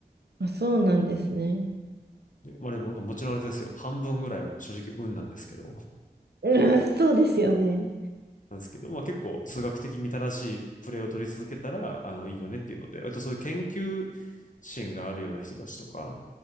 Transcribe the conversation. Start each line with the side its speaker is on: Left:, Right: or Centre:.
Right: あ、そうなんですね。
Left: まあ、でもなんかもちろんあれですよ。半分ぐらいは正直運なんですけど。
Right: うん、そうですよね。
Left: なんですけど、まあ結構数学的に正しいプレーを取り続けたら、あの、いいよねっていうので、割とそういう研究心があるような人たちとかっ